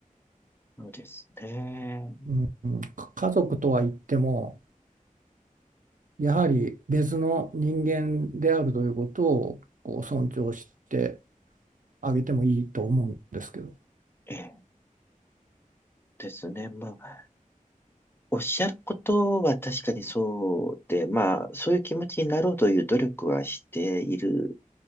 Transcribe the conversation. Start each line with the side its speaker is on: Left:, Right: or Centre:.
Left: そうですね。
Right: うんうん、か家族とは言っても、やはり別の人間であるということをこう尊重して、上げてもいいと思うんですけど、
Left: ええ、ですね。まあ、おっしゃることは確かにそうで、まあ、そういう気持ちになろうという努力はしている。